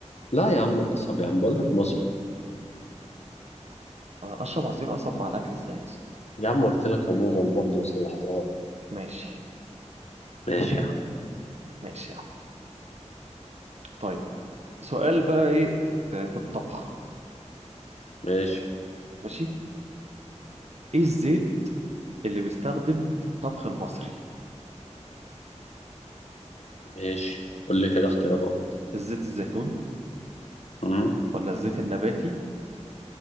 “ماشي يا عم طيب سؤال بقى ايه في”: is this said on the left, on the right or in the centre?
Right